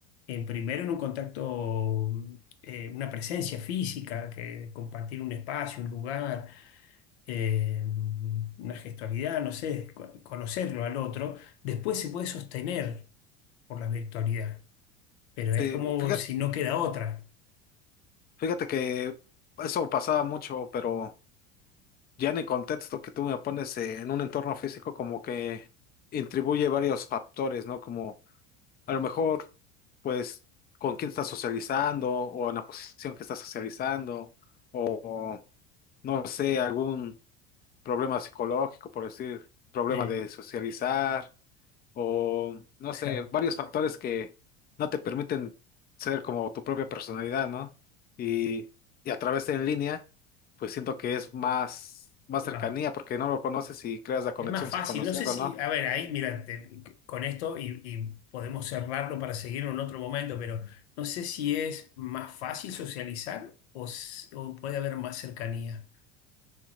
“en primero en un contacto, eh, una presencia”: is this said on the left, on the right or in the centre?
Left